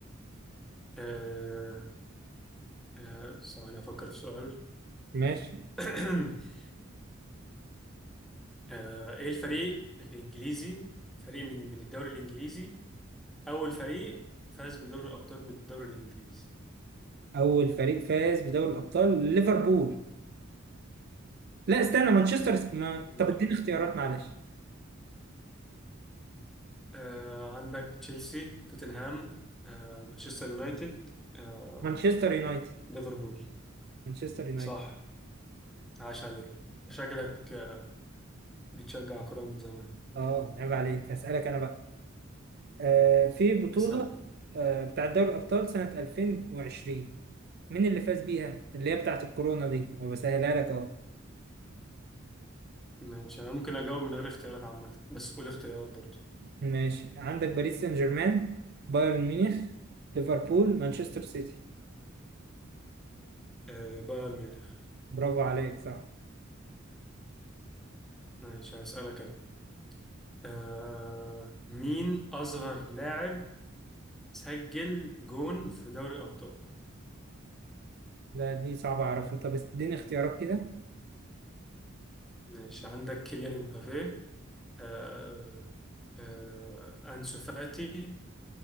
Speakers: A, in the centre; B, on the right.
A: آه آه ثواني أفكر في سؤال
B: ماشي
A: <clears throat> آه إيه الفريق الإنجليزي فريق من من الدوري الإنجليزي أول فريق فاز بدوري الأبطال من الدوري الإنجليزي
B: أول فريق فاز بدوري الأبطال ليفربول لا استنى مانشستر ما...
A: لا
B: طب اديني اختيارات معلش
A: آه عندك تشيلسي توتنهام آه مانشستر يونايتد آه
B: مانشستر يونايتد
A: ليفربول
B: مانشستر يونايتد
A: صح عاش عليه شكلك آه، بتشجع كرة من زمان
B: اه عيب عليك هسألك انا بقى آه في بطولة
A: اسأل
B: آه بتاعت دوري الابطال سنة 2020 مين اللي فاز بيها اللي هي بتاعت الكورونا دي أنا بسهلها لك اهو
A: ماشي أنا ممكن أجاوب من غير اختيارات عامة بس قول اختيارات برضه
B: ماشي عندك باريس سان جيرمان بايرن ميونخ ليفربول مانشستر سيتي
A: آه بايرن ميونخ
B: برافو عليك صح
A: ماشي هسألك أنا آه مين أصغر لاعب سجل جون في دوري الأبطال
B: لا دي صعبة اعرفها طب اديني اختيارات كده
A: ماشي عندك كيليان امبابي آه آه آه، أنسو فاتي